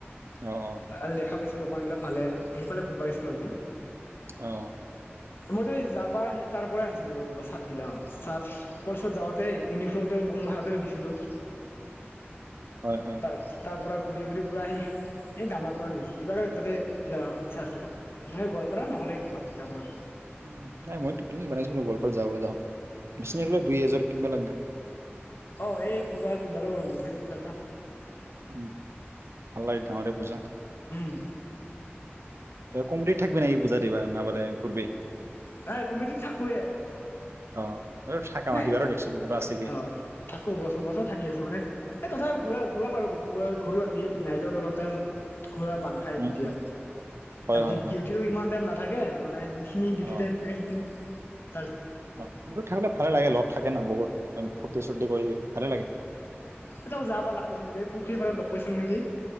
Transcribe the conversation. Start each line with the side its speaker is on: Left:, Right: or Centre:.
Right: অ অ
Left: আৰু দেখা পাইছ। দোকান গিলা ভালে সেইফালে ঘৰব আহিছিলো আজি।
Right: অ।
Left: মই যে যাবাৰ তাৰ পৰাই আনিছিলো চাৰ্টগিলা অ চাৰ্ট কলেজত যাওঁতে ইউনিফৰ্মটো কম ভাড়াতে গিছিলো।
Right: হয় হয়
Left: তাৰ তাৰ পৰা। ঘূৰি ঘূৰি পূৰা আহি এই দামৰ পৰা লৈছিল এইবাৰ তাতে যাব ইচ্ছা আছে আৰু নহয় গোৱপাৰা নহ'লে কিবা ডামৰা।
Right: উ নাই মইতো প্লিনিক বনাইছিলো গোৱালপাৰাত যাব যাওঁ বিছিনলে দুই এযোৰ কিনিব লাগব।
Left: অ এই পূজা কিনিবালো লোকেল পূজা এটা।
Right: উম ভাল লাগে গাঁৱৰে পূজা।
Left: উম।
Right: এ কমৰি থাকিব না ই বুজা দিবা নাবালে ঘুৰবি।
Left: হে কমিতিত থাকোৱে।
Right: অ আৰু থাকা
Left: নাই
Right: সিবাৰো দেখচোন ঘৰত আছিলি
Left: অ থাকো ব বছৰ থাকি আছো মানে এ তথা ঘূৰা
Right: অ
Left: ঘূৰাব পাৰো ঘ ঘূৰোৱা। তি নাইতত অলপ টাইম। ঘূৰা বান খায়
Right: উম
Left: তেতিয়া
Right: উম হয় হয়
Left: ডি
Right: হয়
Left: ডিউটিও ইমান টাইম না থাকে মানে। খিনি ডিউটি
Right: অ
Left: টাইম থাকে সেখিনি। <unintelligible>
Right: অ কোনটো থাকল ভাল লাগে ল। থাকে ন বহুত ফূৰ্তি চূৰ্তি কৰি ভালে লাগে।
Left: এতাও যাবা লাগ কৈছিল নেকি বে পুখুৰী পাৰত লগ পাইছিল নেকি।